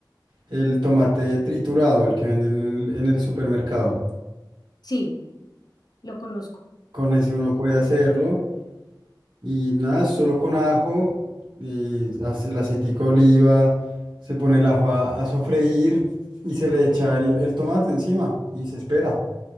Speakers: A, on the right; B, on the left.
A: el tomate triturado, el que venden en el, en el supermercado.
B: Sí, lo conozco.
A: Con ese uno puede hacerlo y nada, es solo con ajo y hace el aceitico de oliva, se pone el ajo a, a sofreír y se le echa el, el tomate encima y se espera.